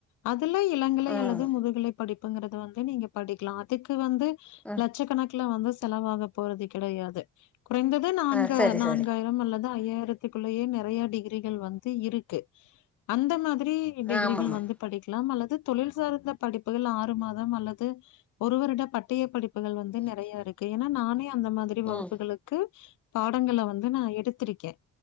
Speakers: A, on the left; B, in the centre.
A: அது ல இளங்கலை
B: ம்
A: அல்லது முதுகலை படிப்பு பங்கறதன் இனி நீங்க படிக்கலா அதுக்கு வந்து
B: ம்
A: லட்சக்கணக் ல வந்து செலவாக போறது கெடையாது குறைந்தது நான்கு
B: ஆ சரி
A: நான்காயிரம்
B: சரி
A: அல்லத் து ஐயாயிரத்துக்குள்ளேயே நெறய டிகிரிகள் வந்து இருக்கு அந்த மாதிரி டிகிரிகள்
B: ஆமாம்மா
A: வந்து படிக்லாம் அல்ல து தொழில் சார்ந்த படிப்புகள் ஆறு மாதம் அல்ல து ஒருவரிட பட்டய படிப்புகள் வந்து நெறைய இருக்கு ஏன்னா நானே அந்த மாதிரி வகுப்புகளுக்கு
B: ம்
A: பாடங்கள வந்து நா எடுத்திருக்கே